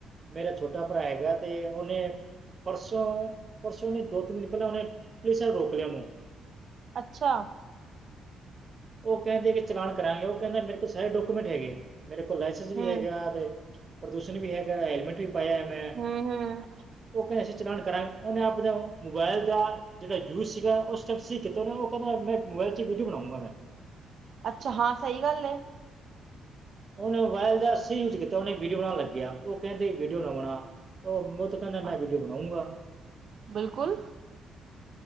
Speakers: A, on the right; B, on the right.
A: ਮੇਰਾ ਛੋਟਾ ਭਰਾ ਹੈਗਾ ਤੇ ਉਹਨੇ ਪਰਸੋਂ-ਪਰਸੋਂ ਨਹੀਂ ਦੋ ਤਿੰਨ ਦਿਨ ਪਹਿਲਾਂ ਉਹਨੇ ਪੁਲਿਸ ਨੇ ਰੋਕ ਲਿਆ ਉਹਨੂੰ
B: ਅੱਛਾ
A: ਉਹ ਕਹਿੰਦੇ ਕਿ ਚਲਾਨ ਕਰਾਂਗੇ ਉਹ ਕਹਿੰਦੇ ਮੇਰੇ ਕੋਲ ਸਾਰੇ ਡਾਕੂਮੈਂਟ ਹੈਗੇ। ਮੇਰੇ ਕੋਲ ਲਾਇਸੈਂਸ ਵੀ
B: ਹੂੰ
A: ਹੈਗਾ ਤੇ ਪ੍ਰਦੂਸ਼ਣ ਵੀ ਹੈਗਾ ਹੈਲਮੇਟ ਵੀ ਪਾਇਆ ਮੈਂ
B: ਹੂੰ ਹੂੰ
A: ਉਹ ਕਹਿ ਰੇ ਅਸੀਂ ਚਲਾਨ ਕਰਾਂਗੇ ਉਹਨੇ ਆਪਣੇ ਮੋਬਾਇਲ ਦਾ ਜਿਹੜਾ ਯੂਜ ਸੀਗਾ ਉਹ ਉਸ ਸਟੈਪ ਸੀ ਕੀਤਾ ਉਹਨ ਉਹ ਕਹਿੰਦਾ ਮੈਂ ਮੋਬਾਇਲ 'ਚ ਹੀ ਵੀਡੀਓ ਬਣਾਉ <unintelligible>
B: ਅੱਛਾ ਹਾਂ, ਸਹੀ ਗੱਲ ਐ
A: ਉਹਨੇ ਮੋਬਾਇਲ ਦਾ ਸਹੀ ਯੂਜ ਕੀਤਾ ਉਹਨੇ ਵੀਡੀਓ ਬਣਾਣ ਲੱਗਿਆ ਉਹ ਕਹਿੰਦੇ ਵੀਡੀਓ ਨਾ ਬਣਾ ਉਹ ਵੋ ਤੋਂ ਕਹਿੰਦਾ ਮੈਂ
B: ਹਾਂ
A: ਵੀਡੀਓ ਬਣਾਉਂਗਾ।
B: ਬਿਲਕੁਲ